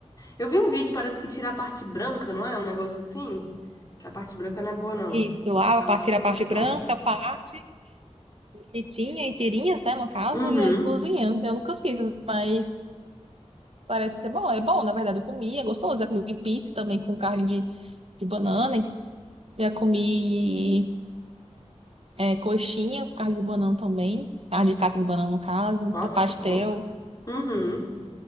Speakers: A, on the left; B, on the right.
A: Eu vi um vídeo, parece que tira a parte branca, não é? Um negócio assim? Que a parte branca não é boa, não.
B: Isso, lava,
A: Dá
B: parte-
A: uma tipo
B: tira a
A: raspada.
B: partir da parte branca, parte fritinha em tirinhas, né, no caso,
A: Uhum.
B: e aí cozinha. Eu nunca fiz, mas parece ser bom. É bom, na verdade, eu comi, é gostoso. Já comi pizza também com carne de, de banana, já comi é, coxinha com carne de banana também, carne de casca de banana, no caso,
A: Nossa,
B: tá pastel,
A: que bom. Uhum.